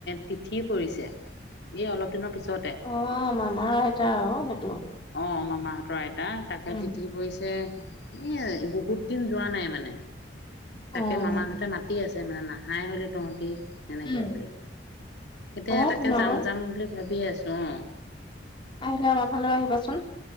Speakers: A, on the left (about 65°); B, on the left (about 25°).
A: তিথি পৰিছে। এ অলপ দিনৰ পিছতে
B: অ', মামাৰ আইতা আৰু সেইটো।
A: অ মামাহঁতৰ। আইতা তাকে
B: উম,
A: তিথি পৰিছে এ বহুত দিন যোৱা নাই মানে। তাকে
B: অ',
A: মামাহঁতে মাতি আছে মানে নাহাই হ'লে তহঁতি। সেনেকে
B: উম,
A: বুলে এতিয়া
B: অ',
A: তাকে
B: তোন
A: যাম
B: আৰু
A: যাম বুলি ভাবি আছোঁ অ।
B: আহিলে আমাৰ ফালেও আহিবাচোন।